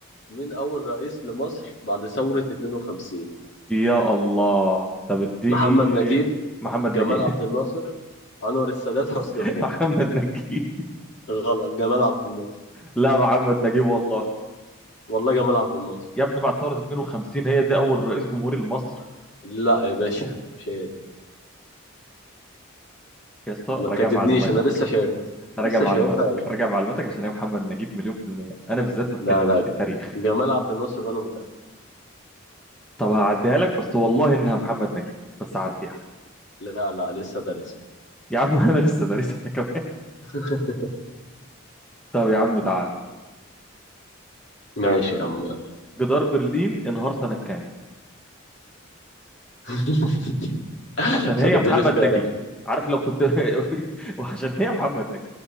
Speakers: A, on the left (about 55°); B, in the centre.
A: مين أول رئيس لمصر بعد ثورة 52
B: <laughs> يا الله طب اديني
A: محمد نجيب
B: محمد
A: جمال
B: نجيب
A: عبد الناصر أنور السادات حسني
B: <laughs>
A: مبارك
B: محمد نجيب
A: غلط جمال عبد الناصر
B: لا محمد نجيب والله
A: والله جمال عبد الناصر
B: يا ابني بعد ثورة 52 هي دي أول رئيس جمهوري لمصر
A: لا يا باشا مش هي دي.
B: يا اسطى
A: ما
B: راجع
A: تكدبنيش
B: معلوماتك
A: انا لسه شايفها
B: راجع
A: لسه
B: معلوماتك
A: شايفها يا باشا
B: راجع معلوماتك عشان هي محمد نجيب مليون في المية أنا بالذات ما تكلمنيش
A: لا لا
B: في التاريخ
A: جمال عبد الناصر وانا متأكد
B: طب هعديها لك بس والله إنها محمد نجيب بس هعديها
A: لا لا لسه دارسها
B: يا عم <laughs> انا لسه دارسها <laughs> كمان
A: <laughs>
B: طب يا عم تعال
A: ماشي يا عم يلا
B: جدار برلين انهار سنة كام
A: <laughs>
B: عشان هي
A: طب اديني
B: محمد
A: اختيارات
B: نجيب عارف لو كنت <laughs> وعشان هي محمد نجيب